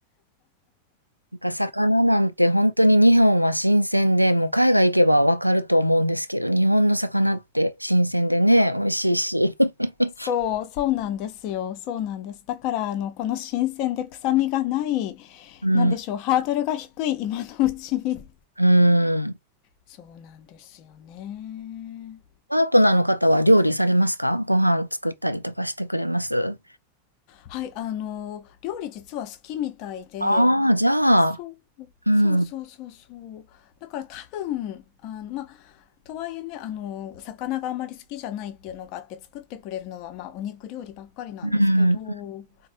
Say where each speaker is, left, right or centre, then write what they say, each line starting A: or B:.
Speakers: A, on the left (about 80°); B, on the left (about 40°).
A: <laughs> なんか魚なんて本当に日本は新鮮で、もう海外行けばわかると思うんですけど、日本の魚って新鮮でね、美味しいし。<laughs>
B: そう、そうなんですよ。そうなんです。だから、あの、この新鮮で臭みがない、
A: うん、
B: なんでしょう、ハードルが低い今のうちに。
A: うん。
B: そうなんですよね。
A: パートナーの方は料理されますかご飯作ったりとかしてくれます
B: はい、あの、料理実は好きみたいで、
A: ああー、じゃあ、
B: そう、
A: うん、
B: そうそうそうそう。
A: うん、
B: だから多分、あの、まあ、とはいえね、あの、魚があまり好きじゃないっていうのがあって作ってくれるのは、まあ、お肉料理ばっかりなんですけど、
A: うん